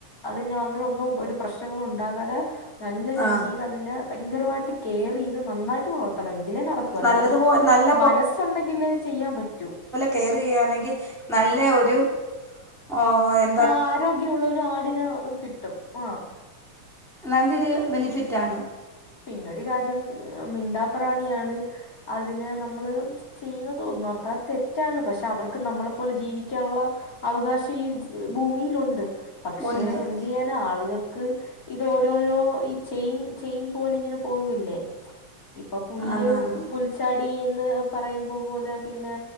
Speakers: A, on the left (about 30°); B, in the centre.
A: അതിന് അങ്ങനെ ഒന്നും ഒരു പ്രശ്നങ്ങളും ഉണ്ടാകാതെ നല്ല രീതിയിലതിനെ
B: ആ
A: ഭയങ്കരമായ്ട്ട് കേറെയ്ത് നന്നായിട്ട് വള ർത്തണം എങ്കിലേ നടക്കു അല്ലാതെ
B: നല്ലതുപോ നല്ല
A: മനസ്സുണ്ടെങ്കിലേ ചെയ്യാൻ പറ്റൂ
B: കെയറെയ്യാണങ്കി നല്ലെ ഒരു ഓഹ് എ
A: ആഹ് ആരോഗ്യമുള്ളൊരു ആട്നാ കിട്ടും ആഹ്
B: നല്ലെര് ബെനിഫിറ്റാണ്
A: പിന്നൊരു കാര്യം മിണ്ടാപ്രാണിയാണ് അതിന് നമ്മള് ചെയ്യുന്നതൊ നർ ത്താ തെറ്റാണ് പക്ഷെ അവർക്ക് നമ്മളെ പോലെ ജീവിക്കാനുള്ള അവകാശം ഈ ജ് ഭൂമിയിലുണ്ട് പക്ഷെ
B: ഉണ്ട് പക്ഷെ
A: എന്തെയ്യാനാ ആള്കൾക്ക് ഇതാെരോരോ ഈ ചെയിൻ ചെയിൻ പോലിങ്ങനെ പോകല്ലേ ഇപ്പൊ പുല്ല്
B: ആന്നാന്ന്
A: പുൽ ച്ചാടി എന്ന് പറയുമ്പോ പോലെ പിന്നെ